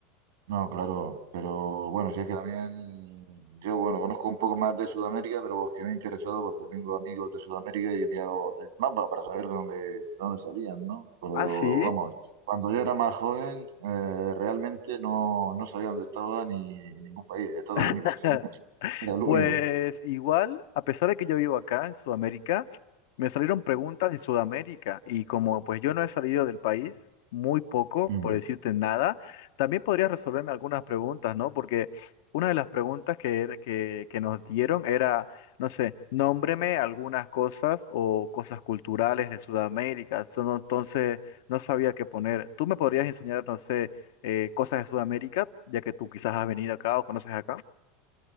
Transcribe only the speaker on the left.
Ah, sí.
<laughs>
Pues
igual, a pesar de que yo vivo acá en Sudamérica, me salieron preguntas de Sudamérica y como pues yo no he salido del país, muy poco,
por decirte nada, también podrías resolverme algunas preguntas, ¿no? Porque una de las preguntas que, era- que, que nos dieron era, no sé, nómbreme algunas cosas o cosas culturales de Sudamérica. So, no- Entonces, no sabía qué poner. ¿Tú me podrías enseñar, no sé, eh, cosas de Sudamérica, ya que tú quizás has venido acá o conoces acá?